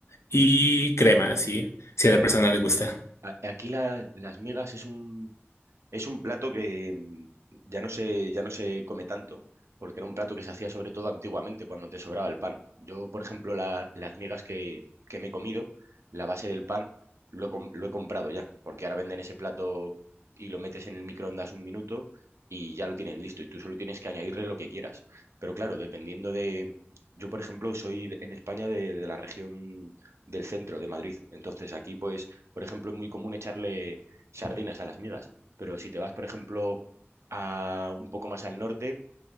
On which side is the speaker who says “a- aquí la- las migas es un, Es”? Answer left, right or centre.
Right